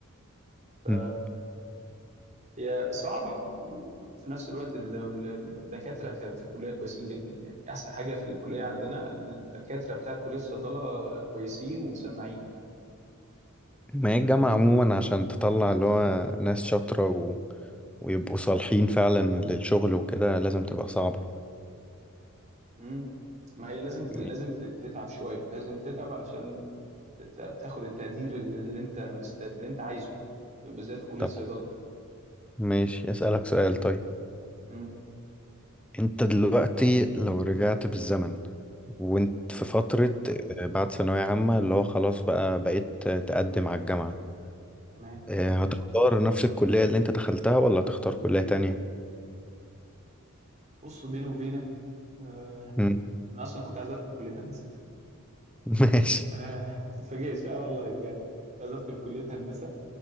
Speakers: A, on the right (about 35°); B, in the centre.
A: ف
B: مم.
A: هي صعبة وفي نفس الوقت ال- ال- الدكاترة كان في الكلية كويسين جدا يعني أحسن حاجة في الكلية عندنا إن الدكاترة بتاعت كلية الصيدلة كويسين ومسمعين
B: ما هي الجامعة عموما عشان تطلع اللي هو ناس شاطرة و... ويبقوا صالحين فعلا للشغل وكده لازم تبقى صعبة
A: مم. ما هي لازم ت-
B: مم.
A: لازم ت- تتعب شوية لازم تتعب علشان ت- تاخد التقدير اللي اللي أنت مست... اللي أنت عايزه بالذات في كلية
B: طب
A: الصيدلة
B: ماشي أسألك سؤال طيب
A: مم.
B: انت دلوقتي لو رجعت بالزمن وانت
A: تمام
B: في فترة آه، بعد ثانوية عامة اللي هو خلاص بقى بقيت تقدم على الجامعة
A: تمام
B: آه، هتختار نفس الكلية اللي انت دخلتها ولا هتختار كلية تانية؟
A: بص بيني وبينك آه...
B: مم.
A: أنا أصلا كنت عايز أدخل كلية هندسة
B: <laughs> ماشي
A: آه... تتفاجئش أه والله بجد كنت عايز أدخل كلية هندسة